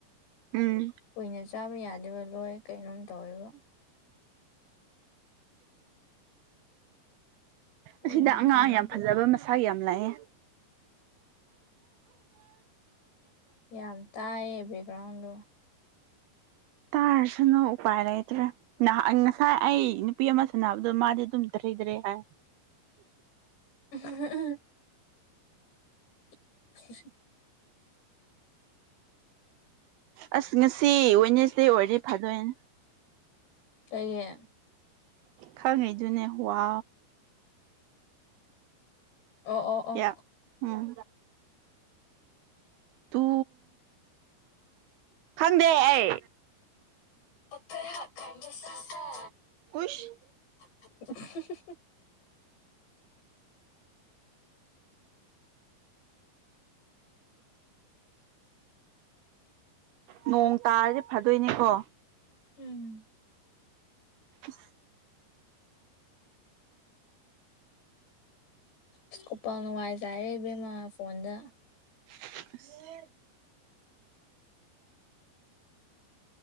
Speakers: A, on the right; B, on the left.
A: ꯎꯝ
B: ꯀꯨꯏꯅ ꯆꯥꯕ ꯌꯥꯗꯦꯕ ꯂꯣꯏ ꯀꯩꯅꯣꯝ ꯇꯧꯋꯦꯕ ꯀꯨꯏꯅ
A: ꯑꯁꯤꯗ ꯑꯉꯥꯡ
B: ꯊꯝꯃꯗꯤ
A: ꯌꯥꯝ ꯐꯖꯕ ꯃꯁꯥ ꯌꯥꯝ ꯂꯩꯌꯦ
B: ꯌꯥꯝ ꯇꯥꯏꯌꯦ ꯕꯦꯛꯒ꯭ꯔꯥꯎꯟꯗꯣ <inaudible>
A: ꯇꯥꯔꯁꯅꯨ ꯎꯄꯥꯏ ꯂꯩꯇ꯭ꯔꯦ ꯉꯍꯥꯟ ꯉꯁꯥꯏ ꯑꯩ ꯅꯨꯄꯤ ꯑꯃ ꯁꯥꯟꯅꯕꯗꯣ ꯃꯥꯗꯤ ꯑꯗꯨꯝ ꯗꯔꯦ ꯗꯔꯦ ꯑ
B: ꯎꯝ ꯎꯝ ꯎ <unintelligible> <inaudible>
A: ꯑꯁ ꯉꯁꯤ ꯋꯦꯅꯦꯖꯗꯦ ꯑꯣꯏꯔꯗꯤ ꯐꯥꯗꯣꯏꯅꯦ
B: ꯀꯩꯒꯤ
A: ꯈꯪꯉꯤꯗꯨꯅꯦ ꯋꯥ
B: ꯑꯣ ꯑꯣ ꯑꯣ
A: ꯀꯌꯥ ꯎꯝ ꯇꯨ ꯈꯪꯗꯦ ꯑꯩ
B: ꯑꯣꯈꯔ ꯍꯥ ꯈꯗꯁ ꯑ
A: ꯍꯨꯏꯁ
B: <unintelligible> <inaudible>
A: ꯅꯣꯡ ꯇꯥꯔꯗꯤ ꯐꯥꯗꯣꯏꯅꯦꯀꯣ
B: ꯎꯝ
A: ꯑ
B: ꯁꯀꯣꯄ ꯅꯨꯡꯉꯥꯏꯖꯔꯦ ꯏꯕꯦꯝꯃ ꯐꯣꯟꯗ
A: <unintelligible>